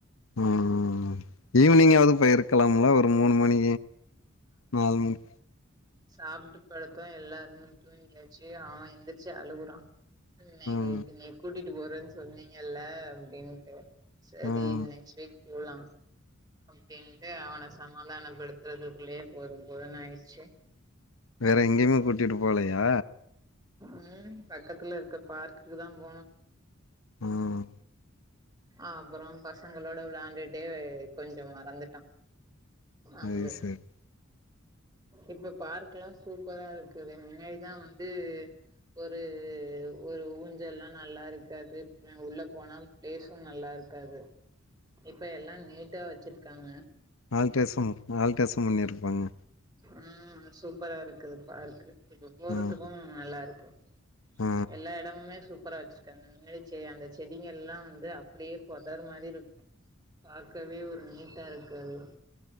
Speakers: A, on the left (about 80°); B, on the right (about 20°).
A: ம் ம் ம் ஈவானிங்காது போயி இருக்கலாம்ல ஒரு மூணு மணி நாலு மணி
B: சாப்புட்டு படுத்தோ எல்லாரு தூங்கியாச்சி அவே எந்துருச்சி அழுவுறா என்னைய
A: ம்
B: இபடி கூட்டிட்டு போறன்னு சொன்னீங்கல்ல அப்டின்ட்டு சேரி
A: ம்
B: நெக்ஸ்ட் வீக் போலா டின்ட்டு அவன சமாதானப்படுத்துறதுக்குள்ளேயே போது போதுனாயிடுச்சு
A: வேற எங்கேயுமே கூட்டிட்டு போலயா
B: ம் பக்கத்துல இருக்க பார்க்குக்குதா போனோ
A: ம்
B: அப்றோ பசங்களோட வெளையாண்டுட்டே கொஞ்சோ மறந்துட்டா ஆங்கு
A: அது சரி
B: இப்ப பார்க்லா சூப்பரா இருக்கு முன்னாடிதா வந்து ஒரு ஒரு ஊஞ்சல்லா நல்லா இருக்காது உள்ள போனா பிளேஸு நல்லா இருக்காது இப்ப எல்லா நீட்டா வெச்சிருக்காங்க
A: ஆல்ட்ரேஷன் ஆல்ட்ரேஷன் பண்ணி இருப்பாங்க
B: ம் சூப்பரா இருக்குது பார்க்கு இப்ப போறதுக்கும்
A: ம்
B: நல்லாருக்கு
A: ஆ
B: எல்லா எடமுமே சூப் சூப்பரா வெச்சிருக்காங்க முன்னாடி செ அந்த செடிங்க எல்லா வந்து அப்டியே பொதர் மாரி இருக்கோ பாக்கவே ஒரு நீட்டா இருக்காது